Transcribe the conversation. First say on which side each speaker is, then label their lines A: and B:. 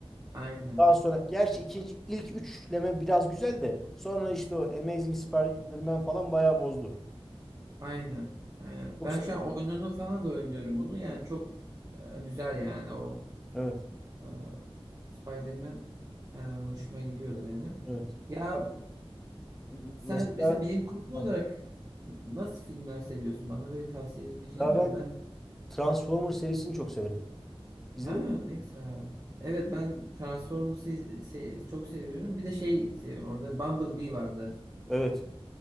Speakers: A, on the right; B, in the centre.
A: aynen.
B: Daha sonra gerçi ikinci ilk üçleme biraz güzel de sonra işte o Amazing Spider-Man falan bayağı bozdu.
A: Aynen. Aynen.
B: Yoksa
A: Ben şu an oyununu falan da oynuyorum bunu. Yani çok e, güzel yani o
B: evet.
A: e, Spider-Man e, hoşuma gidiyordu benim.
B: Evet.
A: Ya
B: Bak, m-
A: sen
B: Mesela
A: mesela bilim kurgu
B: ha,
A: olarak nasıl filmler seviyorsun? Bana böyle tavsiye edebileceğin
B: ya
A: var
B: ben
A: mı? Ben de
B: Transformers serisini çok severim. İzledin
A: ha ne
B: mi?
A: güzel. Evet ben Transformers'ı iz- se- çok seviyorum. Bir de şey seviyorum. Orada Bumblebee vardı.
B: Evet.